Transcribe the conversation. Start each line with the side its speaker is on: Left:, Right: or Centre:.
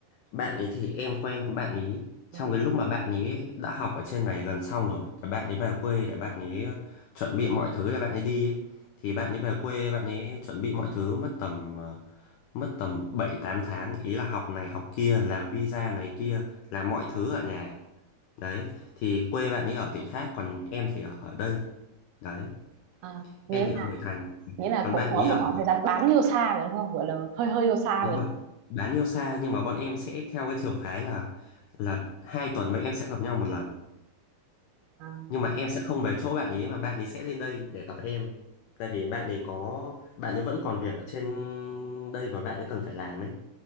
Left: bạn ấy thì em quen với bạn ấy trong
Right: ừ.
Left: cái lúc mà bạn ấy đã học ở trên này gần xong rồi thì bạn ấy về quê để bạn ấy ờ, chuẩn bị mọi thứ để bạn ấy đi ấy. thì bạn ấy về quê bạn ấy chuẩn bị mọi thứ mất tầm ờ, mất tầm 7 8 tháng ý là học này học kia làm visa này kia làm mọi thứ ở nhà đấy thì quê bạn ấy ở tỉnh khác còn em thì ở ở đây đấy
Right: À, nghĩa
Left: em thì ở
Right: là
Left: nội thành
Right: nghĩa là
Left: còn
Right: cũng
Left: bạn
Right: có
Left: ấy
Right: một
Left: ở
Right: khoảng thời gian bán yêu xa rồi đúng không? Gọi là hơi hơi yêu xa
Left: đúng
Right: rồi
Left: rồi
Right: đúng không?
Left: bán yêu xa nhưng mà bọn em sẽ theo cái trường phái là là hai tuần bọn em sẽ gặp nhau một lần
Right: À,
Left: nhưng mà em sẽ không về chỗ bạn ấy mà bạn ấy sẽ lên đây để gặp em tại vì bạn ấy có bạn ấy vẫn còn việc ở trên đây mà bạn ấy cần phải làm ấy